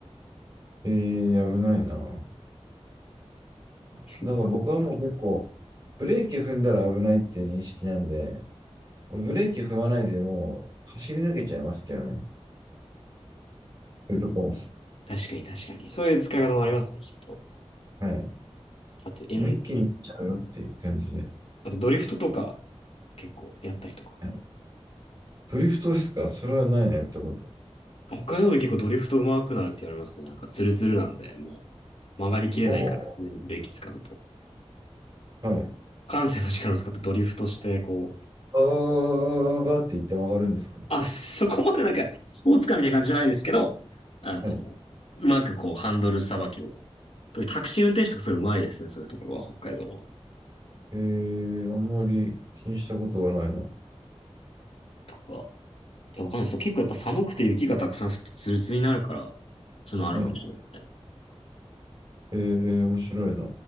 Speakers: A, on the right (about 40°); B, on the left (about 65°).
A: い。ええー、危ないな。
B: 結構、
A: なんか僕はもう結構、ブレーキ踏んだら危ないっていう認識なんで、ブレーキ踏まないでもう走り抜けちゃいますけどね。そういうとこも。
B: 確かに確かに。そういう使い方もありますね、きっと。
A: はい。
B: あと、エン、
A: もう一気に行っちゃうよっていう感じで。
B: あとドリフトとか、結構やったりとか。
A: はい。ドリフトですかそれはないねってこと。
B: 北海道も結構ドリフト上手くなるって言われますね。なんかツルツルなんで、もう曲がりきれないから、
A: ほ
B: ブレーキ使うと。
A: う。はい。
B: 感性の力を使ってドリフトして、こう、
A: あーがーって言って曲がるんですか
B: あ、そこまでなんか、スポーツカーみたいな感じじゃないですけど、あの、
A: はい。
B: うまくこう、ハンドルさばきを。とタクシー運転手とかすごいうまいですね、そういうところは、北海道の。
A: えー、あんまり気にしたことがないな。
B: とか。いや、わかんないです。結構やっぱ寒くて雪がたくさん降ってツルツルになるから、そういうのあるかもしれないですね。
A: はい。えー、面白いな。